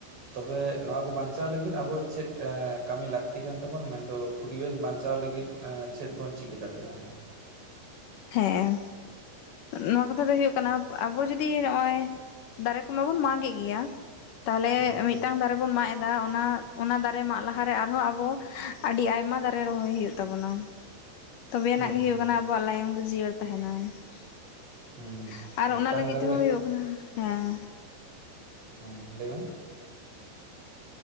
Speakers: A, on the right (about 30°); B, on the left (about 65°).
A: ᱛᱚᱵᱮ ᱱᱚᱣᱟ ᱠᱚ ᱵᱟᱧᱪᱟᱣ ᱞᱟᱹᱜᱤᱫ ᱟᱵᱚ ᱪᱮᱫ ᱠᱟᱹᱢᱤ ᱞᱟᱹᱠᱛᱤ ᱠᱟᱱᱼᱼᱼ ᱛᱟᱵᱚᱱ ᱢᱮᱱᱫᱚ ᱯᱚᱨᱤᱵᱮᱥ ᱵᱟᱧᱪᱟᱣ ᱞᱟᱹᱜᱤᱫ ᱪᱮᱫ ᱵᱚᱱ ᱪᱤᱠᱟᱹ ᱫᱟᱲᱮᱭᱟᱜ-ᱟ ᱾
B: ᱦᱮᱸ ᱱᱚᱶᱟ ᱠᱟᱛᱷᱟ ᱫᱚ ᱦᱩᱭᱩᱜ ᱠᱟᱱᱟ ᱟᱵᱚ ᱡᱚᱫᱤ ᱱᱚᱜ-ᱚᱭᱼᱼ ᱫᱟᱨᱮ ᱠᱚᱢᱟᱵᱚᱱ ᱢᱟᱜ ᱮᱫ ᱜᱮᱭᱟ, ᱛᱟᱦᱞᱮ
A: ᱦᱮᱸ
B: ᱢᱤᱫᱴᱟᱝ ᱫᱟᱨᱮ ᱵᱚᱱ ᱢᱟᱜ ᱮᱼᱼᱼ ᱫᱟ ᱚᱱᱟ ᱚᱱᱟ ᱫᱟᱨᱮ ᱢᱟᱜ ᱞᱟᱦᱟᱨᱮ ᱟᱨᱦᱚᱸ ᱟᱵᱚ ᱟᱹᱰᱤ ᱟᱭᱢᱟ ᱫᱟᱨᱮ ᱨᱚᱦᱚᱭ ᱦᱩᱭᱩᱜ ᱛᱟᱵᱚᱱᱟ ᱾
A: <inaudible>
B: ᱛᱚᱵᱮ ᱟᱱᱟᱜ ᱜᱮ ᱦᱩᱭᱩᱜ
A: ᱦᱩᱸ
B: ᱠᱟᱱᱟ ᱟᱵᱚᱣᱟᱜ ᱞᱟᱭᱚᱝ ᱫᱚ ᱡᱤᱭᱟᱹᱲ ᱛᱟᱦᱮᱱᱟ ᱾
A: ᱦᱩᱸ
B: ᱟᱨ
A: ᱢᱤᱫᱴᱟᱝ
B: ᱚᱱᱟ ᱞᱟᱹᱜᱤᱫ
A: ᱫᱟᱨᱮ
B: ᱛᱮᱦᱚᱸ ᱦᱩᱭᱩᱜ ᱠᱟᱱᱟ ᱦᱮᱸ
A: ᱦᱮᱸ ᱞᱟᱹᱭ ᱢᱮ